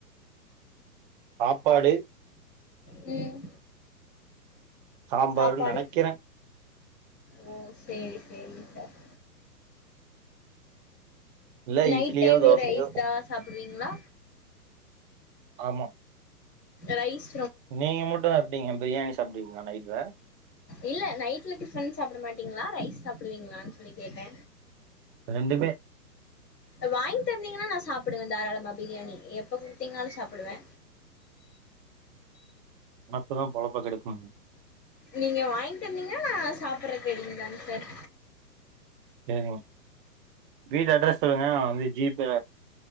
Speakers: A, on the right; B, on the left.
A: சாப்பாடு
B: ம்
A: சாம்பாருன்னு
B: சாப்பாடு
A: நெனைக்கிறே
B: ஓ சேரி சேரிங் சார்
A: இல்ல
B: நைட்
A: இட்லியோ
B: டைம்லயு
A: தோசையோ
B: ரைஸ்தா சாப் புரிங்களா
A: ஆமா
B: ரரைஸ்
A: நீங்க மட்டு எப்டீங்க பிரியாணி சாப்டிவிங்களா நைட்ல
B: இல்ல நைட்ல டிஃபன் சாப்பிட மாட்டீங்களா ரைஸ் சாப்பிடுவீங்களான்னு சொல்லி கேட்டே
A: ரெண்டு பேர்
B: வாங்கி தந்திங்னா நான் சாப்புட்டு வ தாராளமாக பிரியாணி எப்ப குடுத்தீங்காலு சாப்பிடுவே
A: நெனப்புதா பொழப்பா கெடுக்கு
B: நீங்க வாங்கி தந்தீங்க நா சாப்படுற ங்க தான சார்
A: செரிங்க வீட்டு அட்ரஸ் சொல்லுங்க வந்து ஜிபே